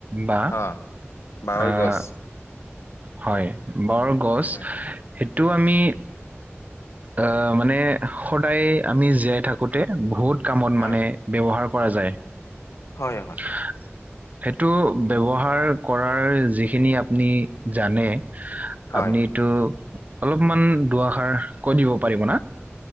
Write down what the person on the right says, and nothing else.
বাহ
আহ
হয়, বৰ গছ
সেইটো
আমি আহ মানে সদায় আমি জীয়াই থাকোতে বহুত কামত
মানে ব্যৱহাৰ কৰা যায়।
<inaudible> সেইটো ব্যৱহাৰ কৰাৰ যিখিনি আপুনি জানে
আপুনিটো অলপমান দুএষাৰ কৈ দিব পাৰিব না।